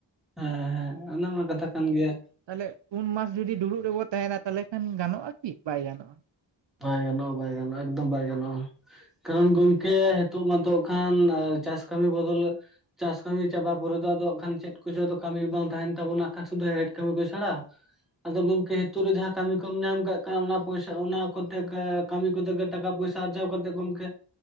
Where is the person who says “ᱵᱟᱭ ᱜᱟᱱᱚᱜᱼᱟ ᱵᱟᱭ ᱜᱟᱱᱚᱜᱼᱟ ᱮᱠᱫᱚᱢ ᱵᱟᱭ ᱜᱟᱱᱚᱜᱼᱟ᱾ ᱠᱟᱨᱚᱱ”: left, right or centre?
Centre